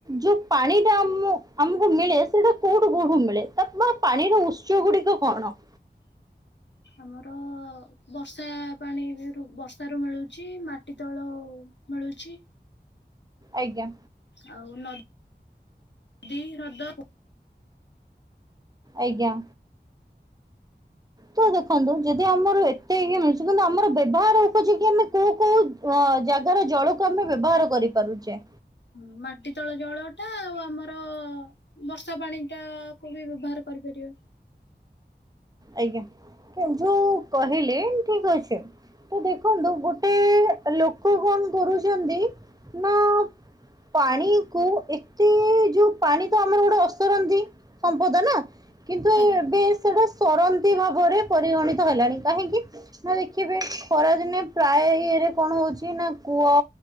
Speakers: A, on the right; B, on the left.
A: ଯୋଉ ପାଣି ଟା ଆମ- ଆମକୁ ମିଳେ ସେଟା କୋଉଠୁ, କୋଉଠୁ ମିଳେ? ତା ପାଣିର ଉତ୍ସ ଗୁଡିକ କଣ?
B: ଆମର ବର୍ଷା ପାଣି ରୁ, ବର୍ଷା ରୁ ମିଳୁଛି। ମାଟି ତଳ ମିଳୁଛି।
A: ଆଜ୍ଞା।
B: ଆଉ ନଦୀ, ହ୍ରଦ
A: ଆଜ୍ଞା। ତ ଦେଖନ୍ତୁ ଯଦି ଆମର ଏତେ ଇଏ ମିଳୁଛି, କିନ୍ତୁ ଆମର ବ୍ୟବହାର ଉପଯୋଗୀ ଆମେ କୋଉ କୋଉ ଅ ଜାଗାର ଜଳକୁ ଆମେ ବ୍ୟବହାର କରିପାରୁଛେ?
B: ହଁ ମାଟି ତଳ ଜଳଟା, ଆଉ ଆମର ବର୍ଷା ପାଣିଟା କୁ ବି ବ୍ୟବହାର କରିପାରିବା।
A: ଆଜ୍ଞା। ଯୋଉ କହିଲେ ଠିକ୍ ଅଛି ତ ଦେଖନ୍ତୁ ଗୋଟେ ଲୋକ କଣ କରୁଛନ୍ତି ନା ପାଣି କୁ ଏତେ ଯୋଉ ପାଣି ତ ଆମର ଗୋଟେ ଅସରନ୍ତି ସମ୍ପଦ ନା? କିନ୍ତୁ
B: ଆଜ୍ଞା।
A: ଇ ସେଟା ସରନ୍ତି ଭାବରେ ପରିଗଣିତ ହେଲାଣି କାହିଁକି? ନା ଦେଖିବେ ଖରାଦିନେ ପ୍ରାୟ ଇଏରେ କଣ ହଉଛି, ନା କୂଅ